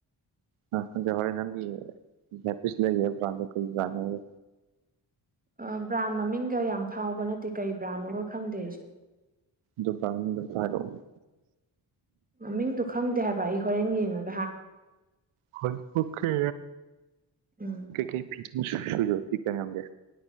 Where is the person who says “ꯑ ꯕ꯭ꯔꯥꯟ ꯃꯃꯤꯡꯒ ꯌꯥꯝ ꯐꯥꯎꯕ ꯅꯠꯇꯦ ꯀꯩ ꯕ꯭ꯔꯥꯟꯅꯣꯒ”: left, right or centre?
Right